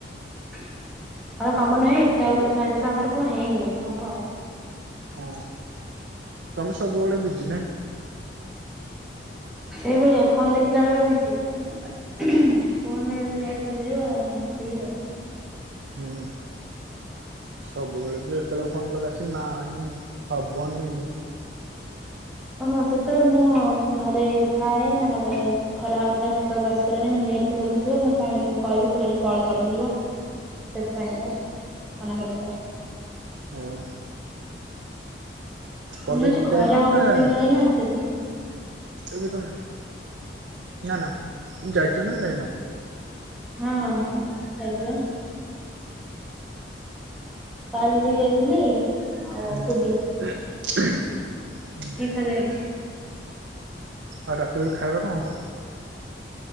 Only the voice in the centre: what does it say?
ଘର କାମ ନାଇଁ ଇଟା ଗୁରା ଥୁଆହେଇଥିଲା ଘରକୁ ହେଇନି ହବ।
ସେଇଭଳି ଏ ଫୋନ୍ ଦେଖିଲା ବେଳେ ବିଜି। ଫୋନ୍ ରେ ଯଦି ନେଟ୍ ସରି ଯିବ ଆଉ, ମୁଁ ଫ୍ରି ଆଉ।
ଓହୋ ସେତେବେଳେ, ମୁଁ ଆଉ ଘରେ ଥାଏ, ନହେଲେ ଖରା ହଉଥାଏ ଛାତକୁ ଆସିପରେନି ମୋ ନେଟ୍ ପ୍ରୋବ୍ଲେମ ଥିବ। ମୁଁ କାହିଁ କହିବି ପୁଣି କଲ୍ କଟିଯିବ। ସେଥି ପାଇଁ ଆଉ, ମନା କରି ଥିଲେ।
ହୁଁ
ଆଜି ଖରା
ହୋଉଛି
ଦିନରେ ନା ସେଥି ପାଇଁ।
ହଁ, ଯାଇଛି ବା। କାଲି ଯାଇଥିଲି। ଆଉ
ଅପର ଟିଖା ଯାଇଛି।